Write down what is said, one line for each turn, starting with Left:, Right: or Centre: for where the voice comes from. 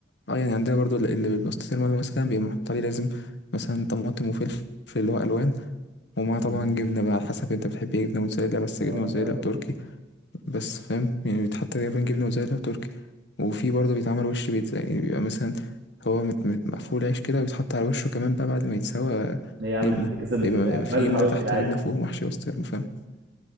Left: اه يعني عندنا برضو اللي بالبسطرمة ده مثلا بيبقى محط عليه لازم مثلا طماطم وفلفل اللي هو ألوان ومعاه
Right: امم
Left: طبعا جبنة بقى على حسب انت بتحب ايه جبنة موتزاريلا بس
Right: اه
Left: جبنة موتزاريلا
Right: مش عارف
Left: أو
Right: أطبق.
Left: تركي بس فاهم يعني بيتحط تقريبا جبنة موتزاريلا أو تركي وفي برضو بيتعمل وش بيتزا يعني بيبقى مثلا هو مت- مت- مقفول عيش كده وبيتحط على وشه كمان بقى بعد ما يتسوى
Right: ايه يا عم
Left: جبنة
Right: الافتكاسات
Left: فيبقى
Right: دي كلها
Left: في
Right: عمال الحواوشي
Left: جبنة تحت
Right: العادي
Left: وجبنة فوق ومحشي بسطرمة فاهم